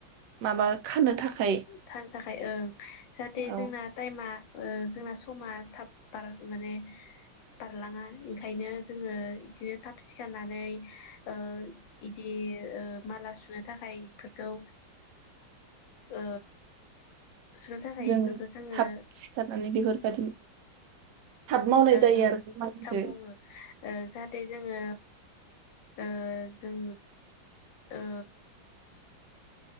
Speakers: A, on the right; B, on the left.
A: माबा खानो थाखाय
B: थानो थाखाय ओं जाहाथे जोंना
A: औ।
B: टाइमा ओ जोंना समा थाब बार माने बारलाङा ओंखायनो। जोङो इदिनो थाब सिखारनानै ओ इदि ओ माला सुनो थाखाय इफोरखौ ओ सुनो थाखाय
A: जों
B: इफोरखौ जोङो
A: थाब सिखारनानै बेफोरबादि थाब मावनाय
B: ओं
A: जायो
B: ओं
A: आरो खामानिखो
B: थाब
A: ।
B: मावो ओ जाहाथे जोङो ओ जों ओ